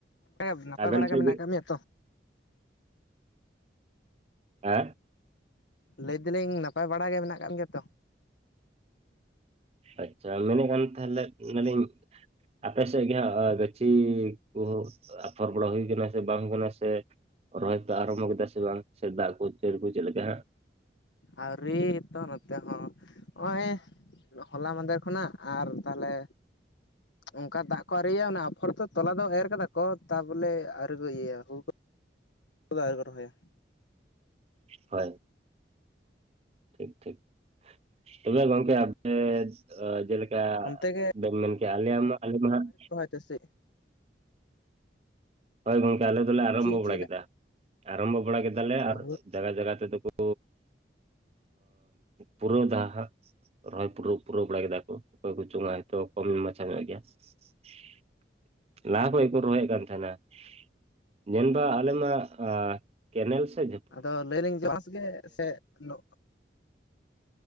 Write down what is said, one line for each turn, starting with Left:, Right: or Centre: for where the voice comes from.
Left: ᱜᱮ ᱱᱟᱯᱟᱭ
Right: ᱟᱵᱮᱱ
Left: ᱵᱟᱲᱟ
Right: ᱥᱮᱫ
Left: ᱜᱮ ᱢᱮᱱᱟᱜ ᱠᱟᱫ ᱢᱮᱭᱟ ᱛᱚ᱾
Right: ᱦᱮᱸ,
Left: ᱞᱟᱹᱭ ᱫᱟᱞᱤᱧ ᱱᱟᱯᱟᱭ ᱵᱟᱲᱟ ᱜᱮ ᱢᱮᱱᱟᱜ ᱠᱟᱫ ᱜᱮᱭᱟ ᱛᱚ᱾
Right: ᱟᱪᱪᱷᱟ ᱢᱮᱱᱮᱫ ᱠᱟᱱ ᱛᱟᱦᱚᱞᱮ ᱢᱮᱱᱤᱧ, ᱟᱯᱮ ᱥᱮᱫ ᱜᱮ ᱦᱟᱸᱜ ᱜᱟᱹᱪᱷᱤ ᱠᱚ ᱟᱯᱷᱚᱨ ᱵᱟᱲᱟ ᱦᱩᱭ ᱠᱟᱱᱟ ᱥᱮ ᱵᱟᱝ ᱦᱩᱭ ᱠᱟᱱᱟ ᱥᱮ? ᱨᱚᱦᱚᱭ ᱠᱚ ᱟᱨᱟᱢᱵᱷᱚ ᱠᱮᱫᱟ ᱥᱮ ᱵᱟᱝ ᱥᱮ ᱫᱟᱜ ᱠᱚ ᱪᱟᱹᱲ ᱠᱚ ᱪᱮᱫ ᱞᱮᱠᱟ ᱦᱟᱸᱜ?
Left: ᱟᱹᱣᱨᱤ ᱛᱚ ᱱᱚᱛᱮ ᱦᱚᱸ᱾ ᱱᱚᱜᱼᱚᱭ ᱦᱚᱞᱟ ᱢᱟᱫᱷᱮᱨ ᱠᱷᱚᱱᱟᱜ ᱟᱨ ᱛᱟᱦᱚᱞᱮ, ᱚᱱᱠᱟ ᱫᱟᱜ ᱠᱚ ᱟᱹᱨᱤᱭᱟ ᱚᱱᱟ ᱟᱯᱷᱚᱨ ᱛᱚ ᱛᱚᱞᱟ ᱫᱚ ᱮᱨ ᱠᱟᱫᱟ ᱠᱚ ᱛᱟᱵᱚᱞᱮ ᱟᱹᱣᱨᱤ ᱠᱚ ᱤᱭᱟᱹᱭᱟ ᱦᱩᱲ ᱦᱩᱲᱩ ᱠᱚᱫᱚ ᱟᱹᱣᱨᱤ ᱠᱚ ᱨᱚᱦᱚᱭᱟ᱾
Right: ᱦᱳᱭ᱾ ᱴᱷᱤᱠ ᱴᱷᱤᱠ, ᱛᱚᱵᱮ ᱜᱚᱢᱠᱮ ᱟᱯᱮ? ᱡᱮᱞᱮᱠᱟ
Left: ᱚᱱᱛᱮ ᱜᱮ
Right: ᱵᱮᱱ ᱢᱮᱱ ᱠᱮᱭᱟ ᱟᱞᱮᱭᱟᱜ ᱢᱟ ᱟᱞᱮ ᱢᱟ ᱦᱟᱸᱜ,
Left: ᱦᱮ ᱥᱮ,
Right: ᱦᱳᱭ ᱜᱚᱝᱠᱮ ᱟᱞᱮ ᱫᱚᱞᱮ ᱟᱨᱟᱢᱵᱷᱚ
Left: ᱪᱮᱫ ᱪᱮᱫ
Right: ᱵᱟᱲᱟ ᱠᱮᱫᱟ, ᱟᱨᱟᱢᱵᱷᱚ ᱵᱟᱲᱟ ᱠᱮᱫᱟᱞᱮ ᱟᱨ
Left: ᱦᱩᱲᱩ
Right: ᱡᱟᱜᱟ ᱡᱟᱜᱟ ᱛᱮᱫᱚ ᱠᱚ, ᱯᱩᱨᱟᱹᱣ ᱫᱟ ᱦᱟᱸᱜ᱾ ᱨᱚᱦᱚᱭ ᱯᱩᱨᱟᱹᱣ, ᱯᱩᱨᱟᱹᱣ ᱵᱟᱲᱟ ᱠᱮᱫᱟ ᱠᱚ, ᱚᱠᱚᱭ ᱠᱚ ᱪᱚᱝ ᱦᱚᱭ ᱛᱚ, ᱠᱚᱢ ᱢᱟᱪᱷᱟ ᱧᱚᱜ ᱜᱮᱭᱟ ᱾ ᱞᱟᱦᱟ ᱠᱷᱚᱡ, ᱦᱮᱡ ᱠᱟᱱ ᱛᱟᱦᱮᱱᱟ ᱾ ᱢᱮᱱᱫᱟ ᱟᱞᱮ ᱢᱟ, ᱟᱼ ᱠᱮᱱᱮᱞ ᱥᱮᱜ
Left: ᱟᱫᱚ, ᱞᱟᱹᱭ ᱟᱞᱤᱧ ᱡᱟᱦᱟᱸ ᱥᱮᱫ <unintelligible>